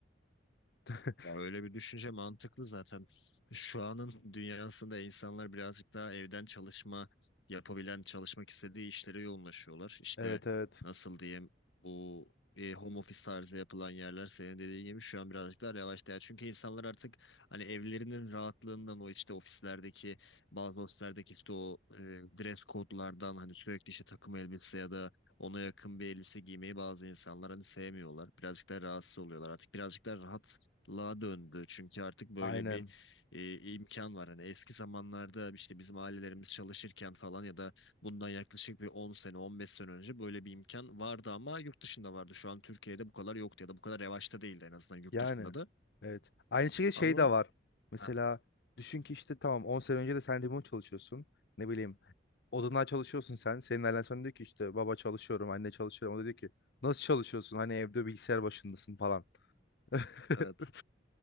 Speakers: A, on the left; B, on the left.
A: <laughs>
B: Ya öyle bir düşünce mantıklı zaten. Şu anın dünyasında insanlar birazcık daha evden çalışma yapabilen, çalışmak istediği işlere yoğunlaşıyorlar. İşte
A: Evet evet.
B: nasıl diyeyim bu e, home office tarzı yapılan yerler senin dediğin gibi şu an birazcık daha revaçta. Ya Çünkü insanlar artık hani evlerinin rahatlığından o işte ofislerdeki bazı ofislerdeki işte o e, dress kodlardan hani sürekli işte takım elbise ya da ona yakın bir elbise giymeyi bazı insanlar hani sevmiyorlar. Birazcık daha rahatsız oluyorlar. Artık birazcık daha rahat la döndü çünkü artık böyle
A: Aynen.
B: bir e, imkan var. Hani Eski zamanlarda işte bizim ailelerimiz çalışırken falan ya da bundan yaklaşık bir 10 sene 15 sene önce böyle bir imkan vardı ama yurt dışında vardı. Şu an Türkiye'de bu kadar yok ya da bu kadar yavaşta değildi en azından yurt
A: Yani.
B: dışında da.
A: Evet. Aynı şekilde şey
B: Ama
A: de var. Mesela
B: <laughs>
A: düşün ki işte tamam 10 sene önce de sen remote çalışıyorsun. Ne bileyim Odundan çalışıyorsun sen. Senin ailen sana diyor ki işte baba çalışıyorum, anne çalışıyorum. O da diyor ki nasıl çalışıyorsun? Hani evde bilgisayar başındasın falan. <laughs>
B: evet,